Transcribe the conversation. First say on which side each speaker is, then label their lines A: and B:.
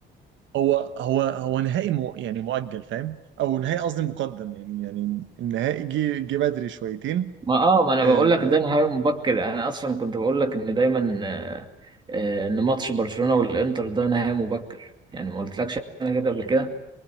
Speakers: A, on the right (about 75°); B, on the right (about 25°).
A: هو هو هو نهائي مو يعني مؤجل فاهم او نهائي قصدي مقدم يعني يعني النهائي جه جه بدري شويتين
B: ما اه ما انا
A: آه
B: بقول لك ده نهائي مبكر يعني انا اصلا كنت بقول لك ان دايما آه، آه، ان ماتش برشلونة والانتر ده نهائي مبكر يعني ما قلتلكش انا كده قبل كده